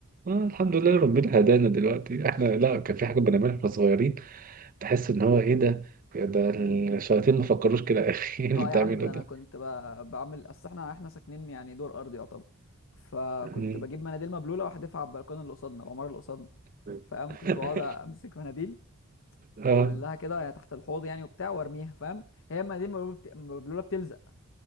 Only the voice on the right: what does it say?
آه الحمد
لله ربنا هدانا دلوقتي احنا لا كان في حاجه بنعملها واحنا صغيرين تحس ان هو ايه ده ده الشياطين ما فكروش كده <laughs> يا اخي إيه اللي
بتعمله
ده
مم.
<laughs>
اه